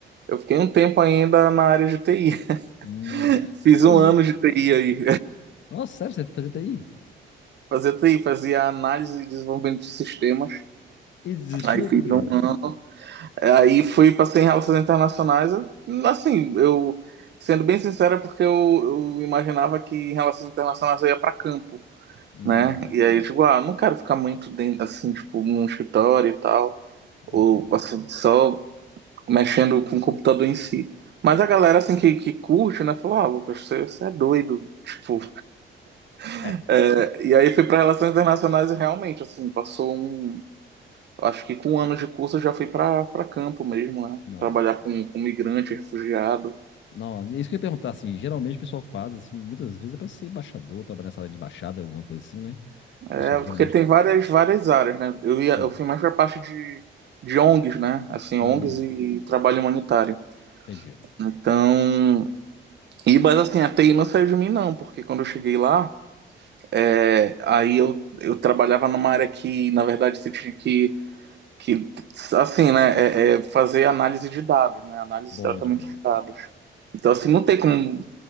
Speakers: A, on the right; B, on the left.
A: eu fiquei um tempo ainda na área de TI. <laughs>
B: hum,
A: Fiz
B: pois,
A: um ano de TI aí.
B: nossa, sério, você fazia TI?
A: <laughs> Fazia TI, fazia análise e desenvolvimento de sistemas.
B: E desistiu
A: Aí fiz
B: por quê?
A: um ano. Aí fui, passei em relações internacionais. eu- Assim, eu, sendo bem sincero, é porque eu, eu imaginava que em relações internacionais eu ia para campo,
B: Hum,
A: né? E aí, tipo, ah, não quero ficar muito dentro, assim, tipo, num escritório e tal,
B: entendi.
A: ou assim, só mexendo com o computador em si. Mas a galera, assim, que, que curte, né, falou, ah, Lucas, você, você é doido, tipo. <laughs>
B: É,
A: é, e aí fui para relações internacionais e realmente, assim, passou um eu Acho que com um ano de curso eu já fui para para campo mesmo, né?
B: nossa.
A: Trabalhar com, com migrante, refugiado.
B: Não, é isso que eu ia perguntar, assim, geralmente o pessoal faz, assim, muitas vezes é pra ser embaixador, trabalhar nessa área de embaixada, alguma coisa assim, né?
A: É,
B: O pessoal que geralmente,
A: porque tem várias, várias áreas, né? Eu ia,
B: sim.
A: eu fui mais para parte de, de ONGs, né? Assim,
B: Hum,
A: ONGs e trabalho humanitário.
B: entendi.
A: Então, e mas assim, a TI não saiu de mim não, porque quando eu cheguei lá, é aí eu, eu trabalhava numa área que, na verdade, você tinha que que assim, né, é, é fazer análise de dados, né, análise
B: Bom
A: e tratamento
B: demais.
A: de dados. Então, assim, não tem como,